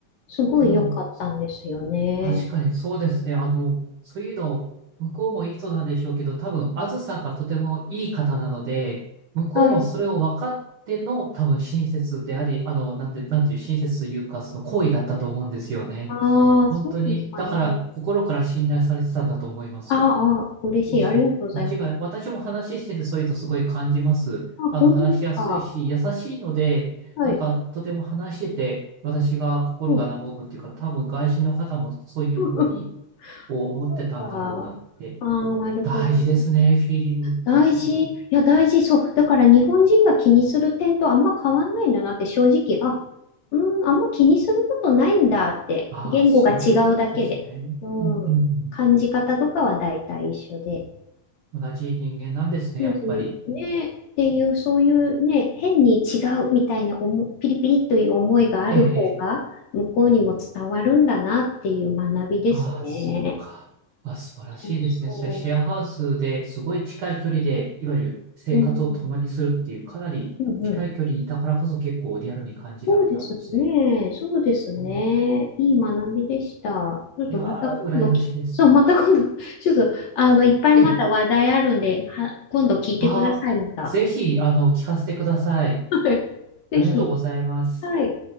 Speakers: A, on the left (about 70°); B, on the right (about 70°).
A: すごい良かったんですよね。
B: いやー確かにそうですね。あの、そういうの、向こうもいい人なんでしょうけど、多分、あずさがとてもいい方なので、向こうもそれを分かっての、
A: あ、
B: 多分、親切であり、あの、なんて、なんていう、親切というか、その行為だったと思うんですよね。
A: ああ、
B: 本当に、
A: そうですかね。
B: だから、心から信頼されてたんだと思います。
A: あーあー、嬉しい。
B: そうそう、
A: ありがとうございます。
B: 間違い、私も話してて、そういうのすごい感じます。
A: あ、
B: あの、
A: 本当ですか。
B: 話しやすいし、優しいので、
A: はい。
B: なんか、とても話してて、私が心が和むっていうか、
A: うん。
B: 多分、外人の方もそういうふうに、
A: <laughs>
B: こう思ってたんだろうなって。
A: そうか。ああ、なるほどね。
B: 大事ですね、フィーリングってすごい。
A: 大事。いや、大事。そう。だから日本人が気にする点とあんま変わんないんだなって正直、あ、うん、あんま気にすることないんだって、
B: ああ、
A: 言語が違うだけで。
B: そういうことですね。
A: うん。
B: うんうん
A: 感じ方とかは大体一緒で。
B: うん。同じ人間なんですね、
A: うんう
B: やっぱり。
A: んねっていう、そういうね、変に違うみたいな思、ピリピリという思いがある方が、
B: ええ、ええ。
A: 向こうにも伝わるんだなっていう学びですね。
B: ああ、そっか。あ、素晴らしいですね。
A: そうそ
B: それシェアハウスですごい近い距離で、いわゆる生活を共にするっていう、
A: う。うん。
B: かなり近い距離だからこそ結構リアルに感じられたんですね。
A: うんうん。そうですね。そうですね。
B: あーそう
A: いい学びでした。ちょっとまた今度き、
B: いやー、羨ましいです。
A: そう、また今度、<laughs> ちょっと、あの、いっぱいまだ話題あるんで、
B: ええ、
A: は、今度聞いてください、
B: ああ、
A: また。
B: ぜひ、あの、聞かせてください。
A: はい。ぜひ。
B: ありがとうございます。
A: はい。